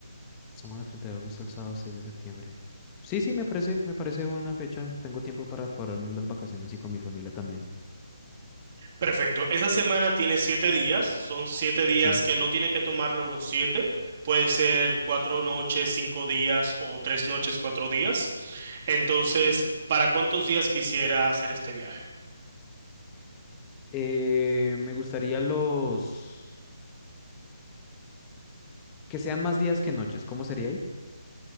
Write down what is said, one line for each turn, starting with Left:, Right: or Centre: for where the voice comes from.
Left: Semana 30 de agosto al sábado 6 de septiembre. Sí, sí, me parece, me parece buena fecha. Tengo tiempo para cuadrarme las vacaciones y con mi familia también.
Right: Perfecto. Esa semana tiene siete días. Son siete días
Left: Sí.
Right: que no tiene que tomarlo los siete. Puede ser cuatro noches, cinco días o tres noches, cuatro días. Entonces, ¿para cuántos días quisiera hacer este viaje?
Left: Eh, me gustaría los... que sean más días que noches. ¿Cómo sería ahí?